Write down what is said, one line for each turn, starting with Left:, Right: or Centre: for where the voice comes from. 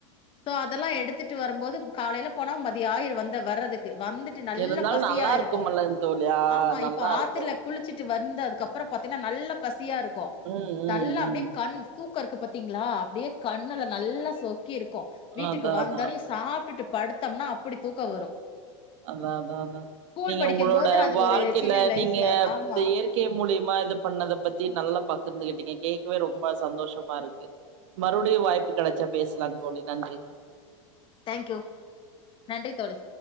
Left: சோ அதெல்லா எடுத்துட்டு வரம்போது காலையில போனா மதிய ஆயிரு வந்த வர்றதுக்கு வந்துட் ட்டு நல்ல
Right: இருந்தாலு
Left: பசியா
Right: நல்லா
Left: இருக்கு
Right: இருக்கும்ல தோழி ஆ
Left: ஆமா
Right: நல்லா
Left: இப்ப ஆத்துல
Right: இருக்கு.
Left: குளிச்சிட்டு வந்து அதுக்கப்பறோ பாத்தீகன்னா நல்லா பசியாருக்கு
Right: ம் ம்
Left: நல்லா
Right: ம்
Left: அப்டியே கண் தூக்கருக்கு பாத்தீங்களா அப்டியே கண்ணுல நல்லா சொக்கி இருக்கு வீட்டுக்கு
Right: அதா
Left: வந்தோனே
Right: அதா
Left: சாப் டுட்டு படுத்தம்னா அப்டி தூக்கோ வரு
Right: அதா அதா அதா
Left: ஸ்கூல்
Right: நீங்க
Left: படிக்கும்
Right: உங்களோட
Left: போது அது
Right: வாழ்க்கையில
Left: ஒரு சின்ன லைஃப்ல
Right: நீங்க
Left: ஆமா
Right: இந்த இயற் க்கே மூலியமா இத பண்ணதப் பத்தி நல்லா பகிர்ந்துக்கிட்டிங்க கேக்வே ரொம்ப சந்தோஷமா இருக்கு மறுவுடியு வாய்ப்பு கெடச்சா பேசலா தோழி நன்றி
Left: தேங்க்யூ நன்றி தோழி